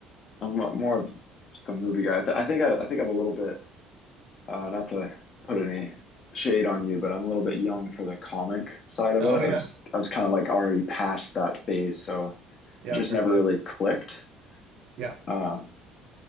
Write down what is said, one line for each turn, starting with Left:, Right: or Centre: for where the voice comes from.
Left: I'm mo- more of just a movie guy. I, th I think I, I think I'm a little bit uh, not to put any shade on you, but I'm a little bit young for the comic side of
Right: Oh
Left: it. I
Right: yeah,
Left: was I was kind of like already past that phase, so
Right: yeah,
Left: it just
Right: fair
Left: never
Right: enough.
Left: really clicked.
Right: Yeah,
Left: Um,